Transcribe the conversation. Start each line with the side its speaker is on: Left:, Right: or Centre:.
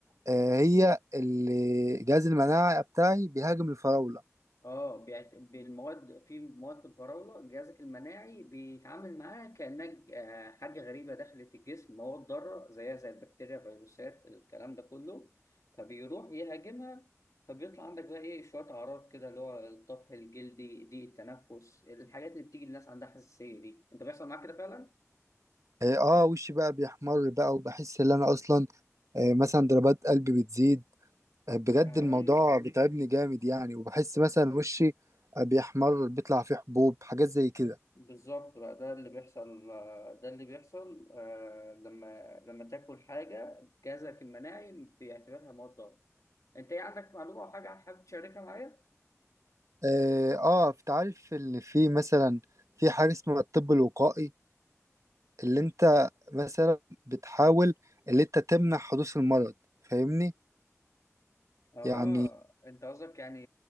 Right: آه هي اللي جهاز المناعه بتاعي بيهاجم الفراوله
Left: اه بيعت... بالمواد في مواد الفراوله جهازك المناعي بيتعامل معاها كانها ج- آه، حاجه غريبه دخلت الجسم مواد ضاره زيها زي البكتيريا فيروسات الكلام ده كله فبيروح يهاجمها فبيطلع عندك بقى ايه شويه اعراض كده اللي هو الطفح الجلدي ضيق التنفس الحاجات اللي بتيجي الناس عندها حساسيه دي انت بيحصل معاك كده فعلا؟
Right: اه آه، وشي بقى بيحمر بقى وبحس ان انا اصلا آه مثلا ضربات قلبي بتزيد بجد
Left: ايوه
Right: الموضوع بيتعبني جامد يعني وبحس مثلا وشي بيحمر بيطلع فيه حبوب حاجات زي كده
Left: بالظبط بقى ده اللي بيحصل آه، ده اللي بيحصل آه، لما لما تاكل حاجه جهازك المناعي بيعتبرها مواد ضاره انت ايه عندك معلومه او حاجه حابب تشاركها معايا
Right: اه آه، انت عارف ان في مثلا في حاجة اسمها الطب الوقائي اللي انت مثلا بتحاول اللي انت تمنع حدوث المرض فاهمني
Left: اه
Right: يعني
Left: انت قصدك يعني